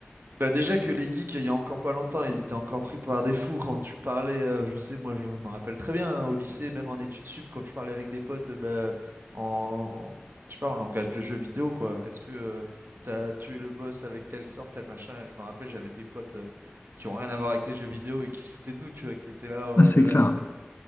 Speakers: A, on the right (about 55°); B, on the left (about 55°).
A: Bah déjà que les geeks, il y a encore pas longtemps, ils étaient encore pris par des fous quand tu parlais, euh, je sais, moi je me rappelle très bien, hein, au lycée, même en études sup, quand je parlais avec des potes, euh, bah, en, je sais pas, en langage de jeu vidéo, quoi. Est-ce que euh, t'as tué le boss avec telle sorte, tel machin? Je me rappelle, j'avais des potes euh, qui ont rien à voir avec les jeux vidéo et qui se foutaient de nous, tu vois, qui étaient là, oh
B: Ah,
A: là
B: c'est clair.
A: là, c'est bon.